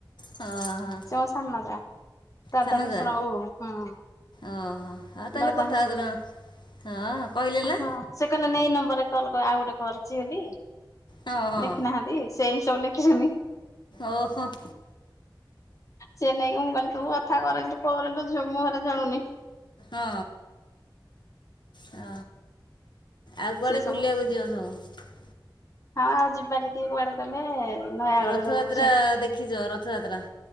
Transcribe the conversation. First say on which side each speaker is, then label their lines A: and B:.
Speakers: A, on the left (about 65°); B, on the left (about 40°).
A: ହଁ ହଁ।
B: ତ ସାନ ଯା। ଦାଦା
A: ସାନ
B: ଶଶୁରଙ୍କ
A: ଜା
B: ଭଉଣୀ ହୁଁ
A: ଓହୋ ଆଉ ତାହେଲେ
B: ଦାଦା
A: କଥା
B: ଶଶୁର
A: ହଉଥିଲେ ମୋ ହଁ କହିଲେ ନା?
B: ହଁ ସେ କହିଲେ ନା ଏଇ ନମ୍ବରରେ କଲ୍ କର ଆଉ ଗୋଟେ କରିଛି ବୋଲି।
A: ହଁ ହଁ
B: ଲେଖି ନାହାନ୍ତି ସେଇ ହିଁ ସବୁ ଲେଖିଚନ୍ତି।
A: ଓହୋ ହଁ
B: ସେ ନେଇକି ମୁଁ କହିଲି ତୁ କଥା କରେ ତୁ କରେ ଲୋ ଝିଅ ମୁଁ ହେରା ଜାଣୁନି।
A: ହଁ ହ ଆଉ କୁଆଡେ
B: ସେ ସବୁ
A: ବୁଲିବାକୁ <unintelligible>
B: ହଁ ଆଉ ଯିବା ଟିକେ କୁଆଡେ କହିଲେ ନୟାଗଡ
A: ରଥଯାତ୍ରା-ଆ-ଆ-ଆ
B: ସବୁ ସେ
A: ଦେଖିଛ ରଥଯାତ୍ରା